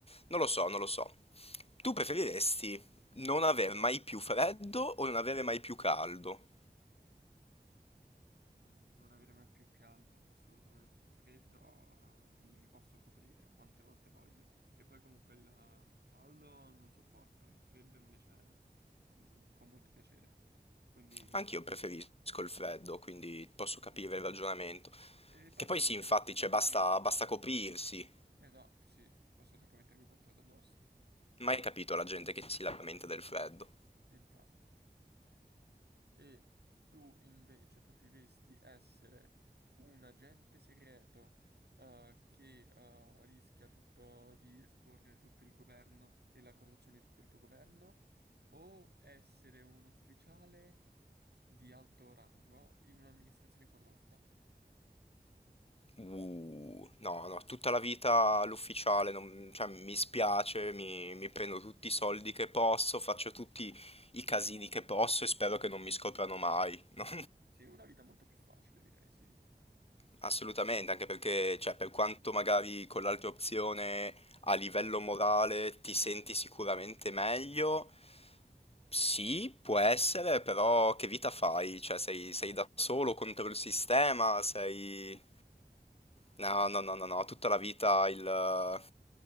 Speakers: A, on the left; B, on the right.
A: Non lo so, non lo so. Tu preferiresti non aver mai più freddo o non avere mai più caldo?
B: Mm, Non avere mai più caldo, assolutamente. Freddo, eh, mi, mi posso coprire quante volte voglio. E poi comunque il eh, caldo non lo sopporto, il freddo invece mm, con molto piacere. Quindi,
A: Anch'io
B: quindi sì.
A: preferisco il freddo, quindi posso capire
B: Ehm,
A: il ragionamento.
B: E, poi
A: Che
B: posso
A: poi sì,
B: sempre
A: infatti, cioè,
B: coprirmi.
A: basta, basta coprirsi.
B: Esatto, sì, posso sempre mettermi qualcosa addosso.
A: Mai capito la gente che si lamenta del freddo.
B: E infatti. E tu invece preferiresti essere un agente segreto eh, che eh, rischia tutto di esporre tutto il governo e la corruzione di tutto il tuo governo, o essere un ufficiale di alto rango in un'amministrazione corrotta?
A: Uh, no, no, tutta la vita all'ufficiale, non- cioè, mi spiace, mi, mi prendo tutti i soldi che posso, faccio tutti i casini che posso e spero che non mi scoprano mai. <laughs> No?
B: Sì, una vita molto più facile, direi, sì.
A: Assolutamente, anche perché, cioè, per quanto magari con l'altra opzione a livello morale ti senti sicuramente meglio, sì, può essere, però che vita fai? Cioè, sei, sei da solo contro il sistema, sei... No, no, no, no, no, tutta la vita il eh,